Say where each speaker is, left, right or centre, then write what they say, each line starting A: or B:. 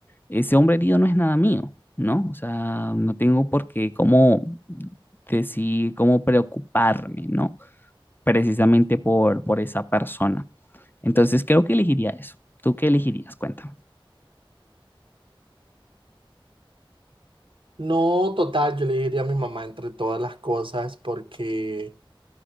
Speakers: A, on the left (about 20°); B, on the right (about 70°).
A: ese hombre herido no es nada mío, ¿no? O sea, no tengo por qué cómo decir, cómo preocuparme, ¿no? Precisamente por, por esa persona. Entonces creo que elegiría eso. ¿Tú qué elegirías? Cuéntame.
B: No, total, yo le diría a mi mamá entre todas las cosas porque